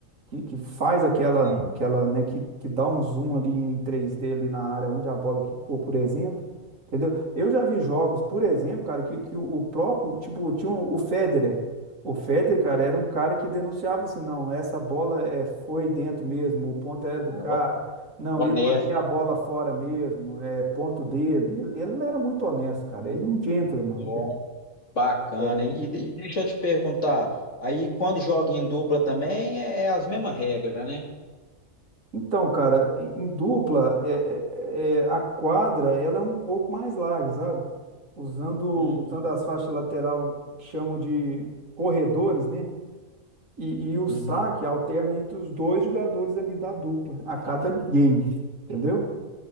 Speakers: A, on the right; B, on the left.
A: que, que faz aquela,
B: Sim.
A: aquela, né, que, que dá um zoom ali em 3D ali na área onde a bola quicou, por exemplo. Entendeu? Eu já vi jogos, por exemplo, cara, que, que o, o próprio, tipo, tinha um- o Federer. O Federer, cara, era um cara que denunciava assim, não, essa bola é, foi dentro mesmo, o ponto é do
B: Ó,
A: cara. Não,
B: honesto,
A: eu mandei
B: hein?
A: a bola fora mesmo, é ponto dele. Ele, ele não era muito honesto, cara. Ele não um gentleman, entendeu?
B: Ó, bacana,
A: É.
B: hein? E, de- e deixa eu te perguntar, aí quando joga em dupla também é, é as mesmas regras, né?
A: Então, cara, em em dupla, é- é- é- a quadra ela é um pouco mais larga, sabe? Usando,
B: Hum,
A: usando as faixas lateral que chamam de corredores, né? E, e o
B: uhum.
A: saque alterna entre os dois jogadores ali da dupla, a cada game, entendeu?